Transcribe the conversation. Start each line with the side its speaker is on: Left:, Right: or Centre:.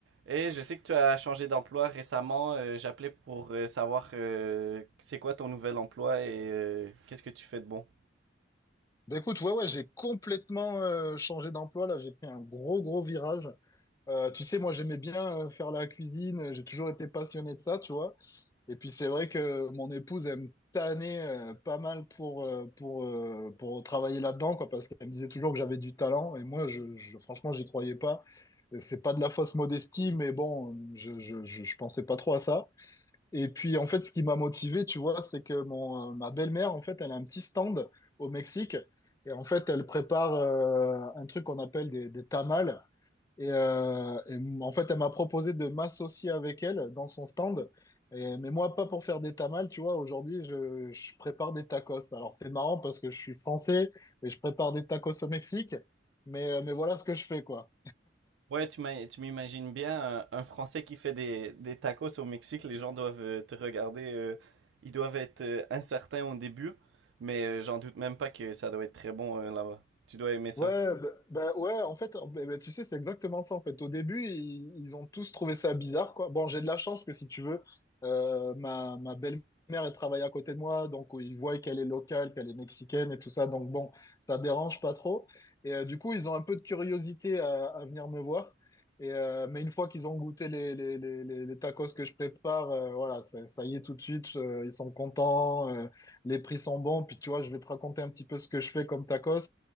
Right: Et je sais que tu as changé d'emploi récemment. euh, j'appelais pour euh, savoir euh, c'est quoi ton nouvel emploi et euh, qu'est-ce que tu fais de bon.
Left: Bah écoute, ouais, ouais, j'ai complètement euh, changé d'emploi. Là, j'ai pris un gros, gros virage. Euh, tu sais, moi, j'aimais bien euh, faire la cuisine. J'ai toujours été passionné de ça, tu vois. Et puis, c'est vrai que mon épouse, elle me tannait euh, pas mal pour, euh, pour, euh, pour travailler là-dedans, quoi, parce qu'elle me disait toujours que j'avais du talent. Et moi, je, je, franchement, j'y croyais pas. Et C'est pas de la fausse modestie, mais bon, je, je, je, je pensais pas trop à ça. Et puis, en fait, ce qui m'a motivé, tu vois, c'est que mon, euh, ma belle-mère, en fait, elle a un petit stand au Mexique. Et en fait, elle prépare euh, un truc qu'on appelle des, des tamales. Et, euh, et m- en fait, elle m'a proposé de m'associer avec elle dans son stand. Et- mais moi, pas pour faire des tamales, tu vois. Aujourd'hui, je, je prépare des tacos. Alors, c'est marrant parce que je suis français et je prépare des tacos au Mexique. Mais, euh, mais voilà ce que je fais, quoi.
Right: Ouais, tu m'as- tu m'imagines bien un, un Français qui fait des, des tacos au Mexique. Les gens doivent euh, te regarder. euh, ils doivent être euh, incertains au début, mais euh, j'en doute même pas que ça doit être très bon euh, là-bas. Tu dois aimer ça.
Left: Ouais, bah, bah ouais, en fait, bah, bah, tu sais, c'est exactement ça, en fait. Au début, ils, ils ont tous trouvé ça bizarre, quoi. Bon, j'ai de la chance que, si tu veux, euh, ma, ma belle-mère, elle travaille à côté de moi, donc euh, ils voient qu'elle est locale, qu'elle est mexicaine et tout ça, donc bon, ça dérange pas trop. Et euh, du coup, ils ont un peu de curiosité à, à venir me voir. Et, euh, mais une fois qu'ils ont goûté les, les, les, les les tacos que je prépare, euh, voilà, ça, ça y est tout de suite, euh, ils sont contents, euh, les prix sont bons. Puis tu vois, je vais te raconter un petit peu ce que je fais comme tacos.